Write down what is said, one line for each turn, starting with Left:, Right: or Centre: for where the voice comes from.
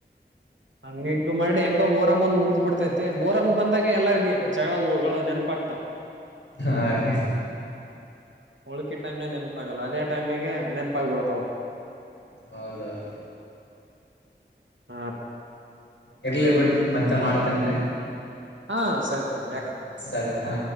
Right: ಹಂಗ ಹಿಂಗ ಮಾಡಿ ಹೆಂಗ ಮೋರಾಮ್ ಒಂದ್ ಮುಗ್ದ್ ಬಿಡ್ತೈತೆ ಮೋರಮ್ಮ್ ಬಂದಾಗ ಎಲ್ಲಾರ್ಗ ಜಗಳ ಹಗಳು ನೆನಪ ಆಗ್ತ
Left: ಹಾ ರ
Right: ಹೋಳ್ಕಿ ಟೈಮ್ನಾಗ ನೆನ್ಪಾಗಲ್ಲ ಅದೇ ಟೈಮಿಗೆ ನೆನ್ಪಾಗಬಡ್ತವು
Left: ಹೌದೌದು
Right: ಹ
Left: ಇರ್ಲಿ ಬಿಟ್ ಮತ್ತೆ ಮಾಡ್ತನ್ರಿ
Right: ಹಾ ಸರಿ ತಗೋ ಯಾಕಲ್ಲ
Left: ಸರಿ ಹ